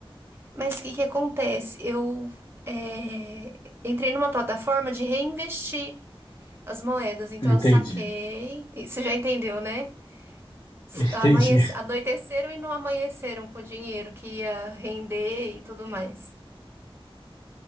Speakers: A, on the right (about 25°); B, on the left (about 50°).
A: Mas o que que acontece? Eu é, entrei numa plataforma de reinvestir as moedas, então
B: Entendi,
A: eu saquei. e Você já entendeu, né? S-
B: <laughs> entendi.
A: amanhece- Anoiteceram e não amanheceram com o dinheiro que ia render e tudo mais.